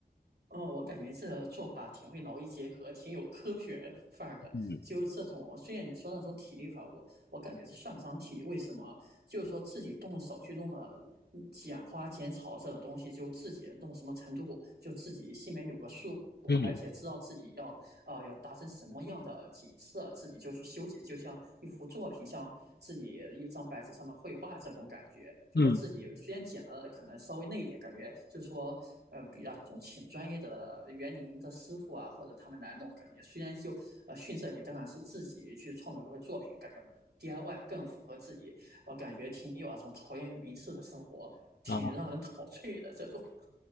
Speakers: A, on the right; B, on the left.
A: 嗯，我感觉这个做法挺会劳逸结合，挺有科学范儿的。
B: 嗯
A: 就是这种，虽然你说那种体力法，我我感觉这算不上体力。为什么？就是说自己动手去弄的，嗯剪花剪草这种东西，就自己弄什么程度，就自己心里面有个数，
B: 嗯
A: 而且知道自己要啊、呃要达成什么样的景色，自己就去修剪，就像一幅作品，像自己一张白纸上面绘画这种感觉。就是说自己虽然剪了可能稍微那一点，
B: 嗯，
A: 感觉就是说，呃，比那种请专业的园林的师傅啊，或者他们来弄，感觉虽然就呃逊色一点，但然是自己去创作过的作品，感觉 DIY 更符合自己，我、呃感觉挺有那种陶渊明式的生活，挺让人陶醉的这种。
B: 啊。